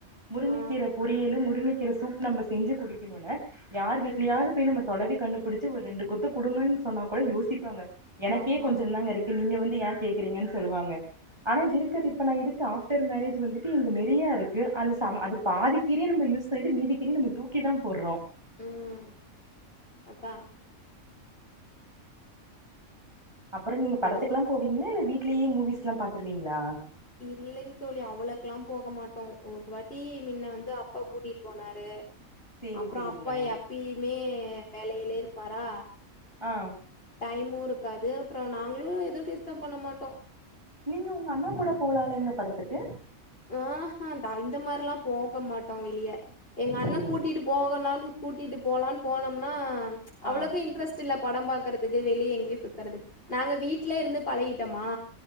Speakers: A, on the right (about 20°); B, on the left (about 40°).
A: முருங்கக்கீர
B: ஆ
A: பொரியலு முருங்கக்கீர சூப் நம்ப செஞ்சி குடிக்கணுன யார் வீ்ட்லயாது
B: ம்
A: போய் நம்ம தொலவி கண்டுபுடுச்சி ஒரு ரெண்டு கொத்து குடுங்கன் சொன்னா கூட யோசிப்பாங்க எனக்கே
B: ஆமா
A: கொஞ்சந்தாங்க இருக்கு நீங்க வந்து ஏன் கேக்குறீங்கன்னு சொல்லுவாங்க ஆனா இருக்கற இப்ப நா இருக்கு ஆஃப்டர் மேரேஜ் வந்துட்டு இங்க நெறையா இருக்கு அது சம அது பாதிக்கீரய நம்ம யூஸ் பண்ணிட்டு மீதிக்கீரய நம்ப தூக்கி தா போட்றோ
B: ம் அதா
A: அப்பரோ நீங்க படத்துக்கெல்லா
B: ஒவ்வொரு
A: போவீங்களா இல்ல வீட்லயே மூவிஸ்லா பாத்துருவீங்களா
B: இல்லைங் தோழி அவ்ளக்கெல்லா போக மாட்டோ ஒரு வாட்டி மின்ன வந்து அப்பா கூட்டிட்டு போனாரு
A: சேரி
B: அப்ரோ
A: சேரிங்க
B: அப்பா எப்பயுமே வேலையிலே இருப்பாரா
A: ஆ
B: டைமு இருக்காது அப்ரோ நாங்ளு எது டிஸ்டர்ப் பண்ண மாட்டோ
A: நீங்க உங்க அண்ணா கூட போலால்லீங்ளா படத்துக்கு
B: ஆஹா இந்த மாரில்லா போக மாட்டோ வெளிய எங்க அண்ண
A: சேரி
B: கூட்டிட்டு போ போகலானு கூட்டிட்டு போலான்னு போனம்னா அவ்ளோக்கு
A: ஆ
B: இன்ட்ரஸ்ட் த்துல படம் பாக்குறதுக்கு வெளிய எங்கேயு சுத்துறது நாங்க வீட்லே இருந்து பழகிட்டமா